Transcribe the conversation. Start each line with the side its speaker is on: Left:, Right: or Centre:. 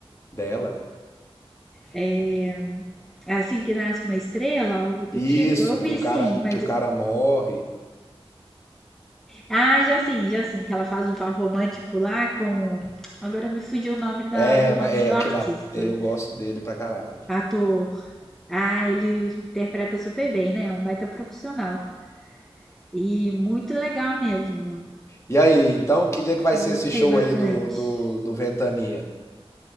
Left: dela.
Centre: é é assim que nasce uma estrela, algo do
Left: Isso,
Centre: tipo. Eu vi
Left: que o cara,
Centre: sim, mas.
Left: que o cara morre.
Centre: Ah, já sim, já sim. Que ela faz um par romântico lá com. Agora me fugiu o nome da,
Left: É,
Centre: do
Left: mas
Centre: nome
Left: é
Centre: do
Left: aquele
Centre: artista.
Left: at- eu gosto dele pra caralho.
Centre: Ator. Ah, ele interpreta super bem, né? É um baita profissional. E muito legal mesmo.
Left: E aí, então, que dia que vai
Centre: Eu
Left: ser
Centre: gostei
Left: esse show
Centre: bastante.
Left: aí do do, do Ventania?